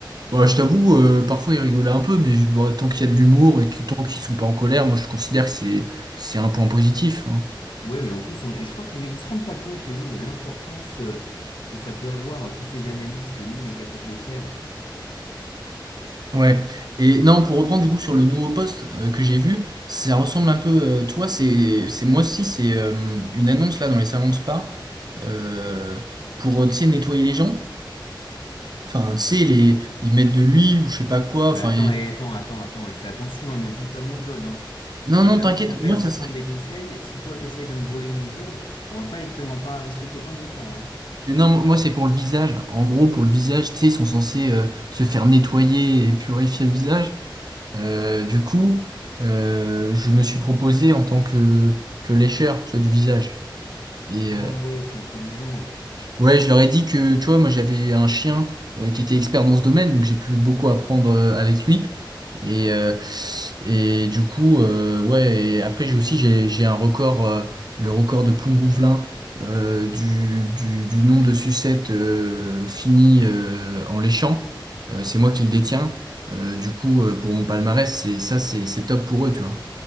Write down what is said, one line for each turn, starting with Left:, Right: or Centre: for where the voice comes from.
Right: bah, je t'avoue, euh, parfois il rigolait un peu, mais bah, tant qu'il y a de l'humour et que tant qu'ils sont pas en colère, moi je considère que c'est c'est un point positif. hein.
Left: Ouais, mais en plus, on- je crois que les- ils se rendent pas compte les gens de l'importance euh, que ça peut avoir euh, toutes ces analyses que nous on est capable de faire.
Right: Ouais. Et non, pour reprendre du coup sur le nouveau poste euh, que j'ai vu, ça ressemble un peu. euh, tu vois, c'est c'est moi aussi, c'est euh, une annonce là dans les salons de spa. euh, pour, euh, tu sais, nettoyer les gens. Enfin, tu sais, les, ils mettent de l'huile ou je sais pas quoi.
Left: Mais
Right: Enfin,
Left: attends,
Right: et-
Left: et attends, attends, attends, et fais attention, hein, me pique pas mon job. Hein.
Right: non,
Left: Dès
Right: non,
Left: là,
Right: t'inquiète,
Left: moi je t'appelle
Right: moi,
Left: pour
Right: ça serait...
Left: prendre des conseils. Si toi t'essayes de me voler mon job, on va pas être, on va pas rester copains longtemps. hein.
Right: Mais non, moi, c'est pour le visage. En gros, pour le visage, tu sais, ils sont censés euh, se faire nettoyer et purifier le visage. Euh, du coup, euh, je me suis proposé en tant que, que lécheur, tu vois, du visage. Et,
Left: Ah
Right: euh,
Left: ouais, c'est intelligent.
Right: Ouais, je leur ai dit que, tu vois, moi j'avais un chien euh, qui était expert dans ce domaine, donc j'ai pu beaucoup apprendre euh, avec lui. Et, euh, et du coup, euh, ouais, et après j'ai aussi j'ai, j'ai un record, euh, le record de Plougonvelin euh, du, du, du nombre de sucettes euh, finies euh, en léchant. Euh, c'est moi qui le détiens. Euh, du coup, euh, pour mon palmarès, c'est ça, c'est c'est top pour eux, tu vois.